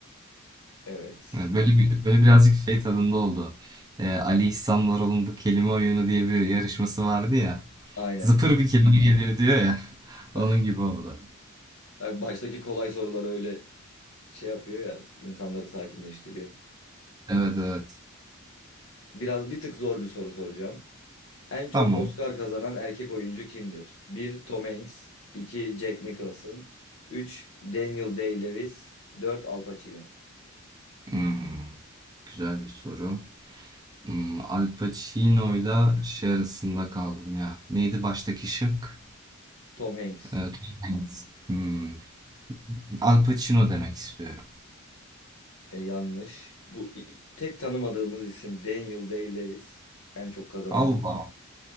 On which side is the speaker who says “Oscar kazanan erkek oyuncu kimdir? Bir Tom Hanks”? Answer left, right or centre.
Left